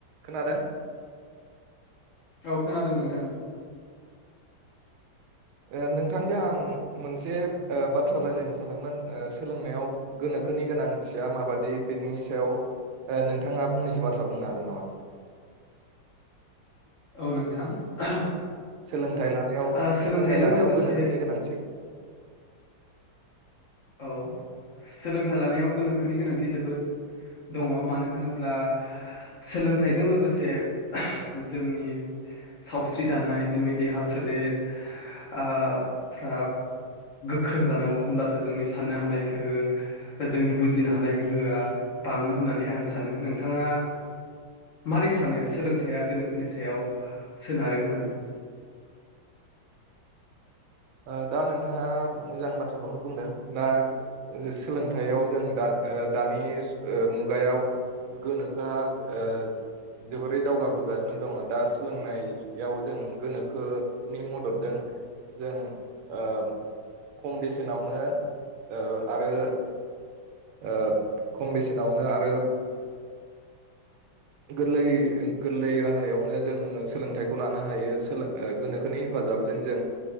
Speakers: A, on the right; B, on the left.
A: खोनादों?
B: औ खोनादों नोंथां
A: औ नोंथांजों आं मोनसे बाथ्रा रायज्लायनो सानोममोन सोलोंनायाव गोनोखो थाखोनि गोनांथिया माबादि बेनि सायाव ओ नोंथाङा फंनैसो बाथ्रा बुंनो हागोन नामा?
B: औ नोंथां <unintelligible>
A: सोलोंथाइ लानायाव
B: ओ सोलोंथाइजों
A: सोलोंथाइ लानायाव
B: लोगोसे
A: गोनोखोनि गोनांथि।
B: औ सोलोंथाइ लानायाव गोनोखोनि गोनांथि जोबोद दङ मानो होनोब्ला सोलोंथाइजों लोगोसे <unintelligible> जोंनि सावस्रि दानाय जोंनि देहा सोलेर ओ फ्रा गोख्रों जानांगौ होनब्लासो जोंनि साननो हानाय गोहो जोंनि बुजिनो हानाय गोहोआ बाङो होननानै आं सानो नों नोंथाङा मारै सानो सोलोंथायाइआ गोनोखोनि सायाव सोनारो होननानै।
A: ओ दा नोंथाङा मोजां बाथ्राखौनो बुंदों दा सोलोंथाइयाव जों दा ओ दानि से ओ मुगायाव गोनोखोआ ओ जोबोरै दावगाबोगासिनो दङ दा सोलोंनायाव जों गोनोखोनि मददजों जों ओ खम बेसेनावनो ओ आरो ओ खम बेसेनावनो आरो गोरलै गोरलै राहायावनो जोंङ सोलोंथाइखौ लानो हायो सोलो ओ गोनोखोनि हेफा फाजाबजों जों